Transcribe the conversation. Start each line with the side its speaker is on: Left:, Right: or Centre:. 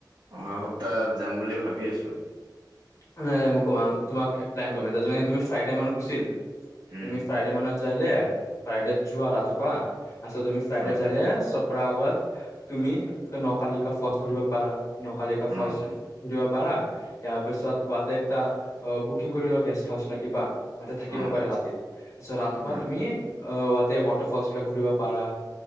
Right: অহা সপ্তাহ যাম বুলি ভাবি আছো ।
Left: ন মুকুমাৰ তোমাক প্লন কৰিমাৰ যে তুি ফ্ৰাইডে মানত গছিল
Right: উম,
Left: তুমি ফ্ৰাইড মনত জলে ফাইড যোৱা ৰাতিপুৱা আছে তুমি ফ্ৰাই
Right: হয়
Left: দে জালে আগত তুমি নকালিকা ফলচ ঘূৰিব পাৰা । নকালিকা ফলচ
Right: অ',
Left: ঘূৰিব পাৰা ইয়াৰ পিছত বাতে একটা বুকিং কৰি লও গেষ্ট হাউচ নে কিবা । তাতে থাকিব
Right: অ',
Left: পাৰে ৰাতিত তাৰছত ৰাতিপুৱা
Right: হয়।
Left: তুমি আহ তাতে ৱাটাৰ ফলচ বিলাক ঘূৰিব পাৰা